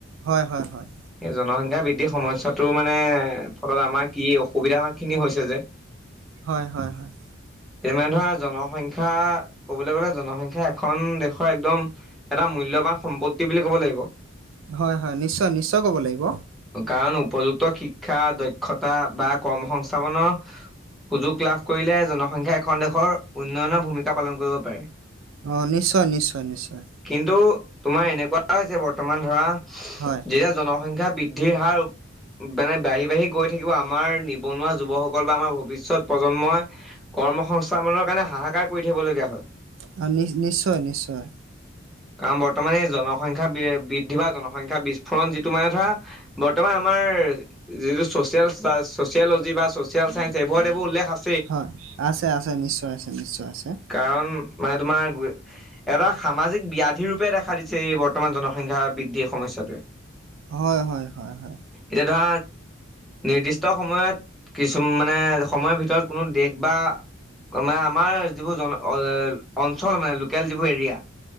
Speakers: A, on the right (about 70°); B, in the centre.
A: হয় হয় হয়।
B: সেই <unintelligible> সমস্যাটো মা মানে, ফলত আমাৰ কি অসুবিধা খিনি হৈছে যে।
A: হয়, হয়, হয়,
B: তে মানে ধৰা জনসংখ্য সংখ্যা, কবলৈ গলে জনসংখ্যা এখন দেশৰ, একদম এটা মূল্যবান সম্পত্তি বুলি ক'ব লাগিব।
A: হয় হয় নিশ্চয় নিশ্চয় ক'ব লাগিব।
B: কাৰণ উপযুক্ত শিক্ষা দক্ষতা বা কৰ্ম সংস্থাপনৰ, সুযোগ লাভ কৰিলে জনসংখ্যা এখন দেশৰ উন্নয়নৰ ভূমিকা পালন কৰিব পাৰে।
A: অ নিশ্চয় নিশ্চয় নিশ্চয়।
B: কিন্তু তোমাৰ এনেকুৱা হৈছে বৰ্তমান ধৰা
A: হয়,
B: যেতিয়া জনসংখ্যা খ্যা বৃদ্ধিৰ হাৰ মানে বাঢ়ি-বাঢ়ি গৈ থাকিব আমাৰ নিবনুৱা যুৱকসকল বা আমাৰ ভৱিষ্যত প্ৰজন্মই। কৰ্ম সংস্থাপনৰ কাৰণে হাহাকাৰ কৰি থাকিবলগীয়া হয়।
A: হা নি নিশ্চয় নিশ্চয়।
B: কাৰণ বৰ্তমান এই জনসংখ্যা বে বৃদ্ধি বা জনসংখ্যাৰ বিস্ফোৰণ যিটো মানে ধৰা, বৰ্তমান আমাৰ যিটো চছিয়েল চা চছিওলজি বা চছিয়েল চাইন্স এইবোৰত এইবোৰ উল্লেখ আছে
A: হয় আছে আছে নিশ্চয় আছে নিশ্চয় আছে
B: কাৰণ মানে তোমাৰ এটা সামাজিক ব্যধি ৰূপে দেখা দিছে এই বৰ্তমান জনসংখ্যা বৃদ্ধিৰ সমস্যাটোৱে
A: হয় হয় হয় হয়
B: এতিয়া ধৰা নিৰ্দিষ্ট সময়ত কিছু মানে সময়ৰ ভিতৰত কোনো দেশ বা মানে আমাৰ যিবোৰ জন অঞ্চল মানে লোকেল যিবোৰ এৰিয়া